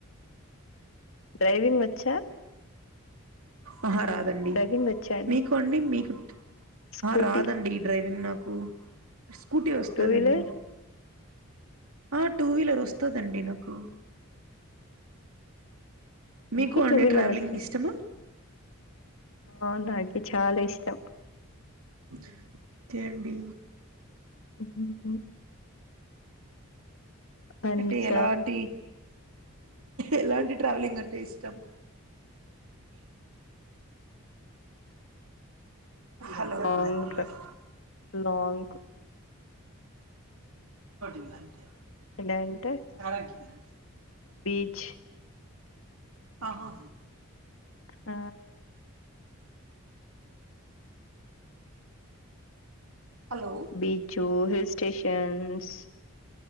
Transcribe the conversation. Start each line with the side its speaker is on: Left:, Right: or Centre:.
Left: డ్రైవింగ్ వచ్చా?
Right: అహ రాదండి.
Left: డ్రైవింగ్ వచ్చా
Right: మీకు అండి మీకు
Left: స్కూటీ
Right: ఆ రాదండి ఈ డ్రైవింగ్ నాక్ కు స్కూటీ వస్తాదండి.
Left: టూ వీలర్
Right: ఆ టూ వీలర్ వస్తదండి నాకు
Left: అందుకే
Right: మీకు అండి
Left: టూ వీల్లర్
Right: ట్రావెలింగ్
Left: వస్తది.
Right: ఇష్టమా
Left: ఆ నాకి చాలా ఇష్టం.
Right: ఓకే అండి.
Left: మ్ అండ్
Right: అంటే ఎలాంటి ఎలాంటి ట్రావెలింగ్ అంటే ఇష్టం హలో
Left: లాంగ్
Right: నిన్నగటి
Left: లాంగ్
Right: ఇలా అంటే
Left: ఎలా అంటే
Right: పారగల్ అంటే
Left: బీచ్
Right: ఆహా
Left: ఆ
Right: hello
Left: beach hill stations